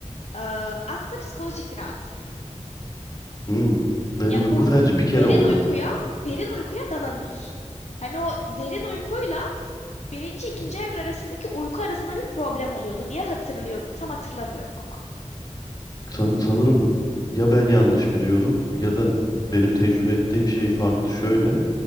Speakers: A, on the left; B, on the left.
A: Ee, aslında psikolojik bir rahatsızlık.
B: Hmm. Ben
A: Ya
B: uyku
A: uy-
B: felci bir kere
A: derin
B: oldum.
A: uykuya, derin uykuya dalamıyorsun. Hani o derin uykuyla birinci, ikinci evre arasındaki uyku arasında bir problem oluyordu diye hatırlıyorum. Tam hatırlamıyorum ama.
B: San- sanırım ya ben yanlış biliyorum ya da benim tecrübe ettiğim şey farklı şöyle.